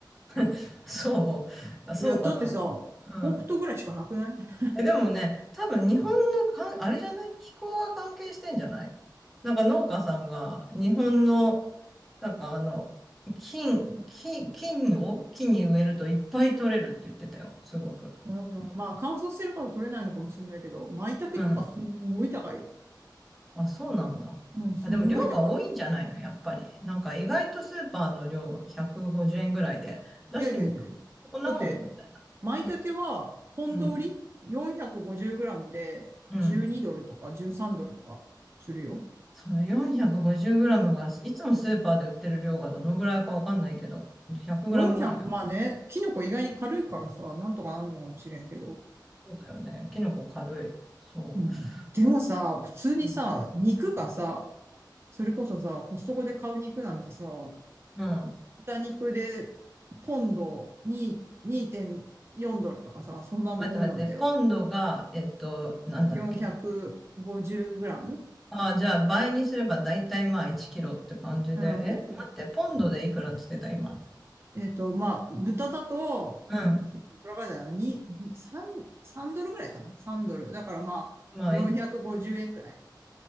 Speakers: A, in the centre; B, on the right.
A: <laughs> そう。あそうかな。
B: いや、だってさ、北斗ぐらいしかなくない
A: うん。
B: <laughs>
A: え、でもね、多分日本のかん、あれじゃない気候が関係してんじゃないなんか農家さんが日本の、なんかあの、金、金、金を木に植えるといっぱい取れるって言ってたよ。すごく。
B: うん、まあ乾燥してるから取れないのかもしれないけど、舞茸とかすんごい高いよ。
A: うん。あ、そうなんだ。
B: うん、すんごい高い。
A: あ、でも量が多いんじゃないのやっぱり。なんか意外とスーパーの量150円ぐらいで出してみる。
B: いやいやいやいや。
A: とこんなもんみたいな。
B: だって、舞茸は、
A: うん。
B: ポンド売り
A: うん
B: ?450 グラムで12ドルとか13ドルとかするよ。
A: うん。その4 5 0ムが、いつもスーパーで売ってる量がどのぐらいかわかんないけど、1 0
B: 400、
A: 0ムぐらいなの。
B: まあね、キノコ意外に軽いからさ、なんとかなんのかもしれんけど。
A: そうだよね。キノコ軽い。そ
B: うん、でもさ、
A: う。うん。
B: 普通にさ、
A: うん。
B: 肉がさ、それこそさ、コストコで買う肉なんてさ、
A: うん
B: 豚肉でポンド2 2.4ドルとかさ、そんなもんなんだよ。
A: 待って待って、ポンドが、えっと、なんだっけ。
B: 450グラム
A: ああ、じゃあ倍にすれば大体まあ1キロって感じで。
B: うん。
A: え待って、ポンドでいくらって言ってた、今。
B: えっと、まあ、豚だと、
A: うん。
B: いくらぐらいだよな、2、3、3ドルぐらいかな ?3 ドル。だからまあ、
A: まあ、
B: 450円ぐらい。
A: い